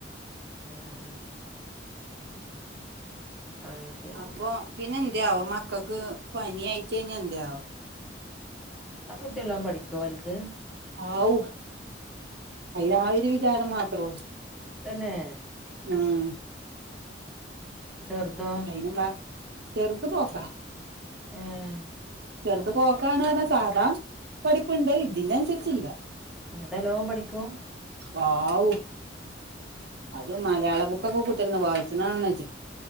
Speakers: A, in the centre; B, on the right (about 65°).
A: ആഹ അത് ശരി
B: അപ്പൊ പിന്നെ എന്തയാവോ മക്കൾക്ക് പനി ആയിട്ട കഴിഞ്ഞാ എന്തയാവും
A: ആ കുട്ടിയെല്ലാം പഠിക്കുവോ വലുത്?
B: ആഔ അതിന് ആ വിചാരം മാത്രവുള്ളു
A: തന്നെ
B: ആഹ!
A: ചെറുതോ
B: അയിനും ചെറുത് പോക്കാ
A: ഏഹ്
B: ചെറുത് പോക്കാണ് പറഞ്ഞാ സാധാ പഠിപ്പിണ്ട് ഇതിനനുസരിച്ചില്ല
A: ഇതല്ലോവും പഠിക്കും
B: വാവു അത് മലയാളം ബുക്കൊക്കെ കു ത്തിരുന്ന് വായിച്ചന കാരണം ഇജ്ജ്